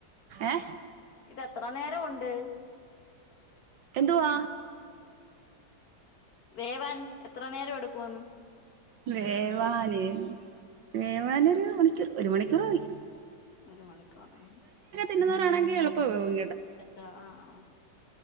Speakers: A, on the right; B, on the left.
A: ഏ
B: ഇതെത്ര നേര ഒണ്ട്.
A: എന്തുവാ?
B: വേവാൻ എത്ര നേരം എടുക്കുവന്ന്?
A: വേവാന് വേവാന് ഒരു മണിക്കൂർ ഒരു മണിക്കൂർ മതി
B: ഒരു മണിക്ക വളാകും.
A: ഇരുന്നൂറാണങ്കിൽ എളപ്പംവും
B: എത്ര ആഹ് ആഹ്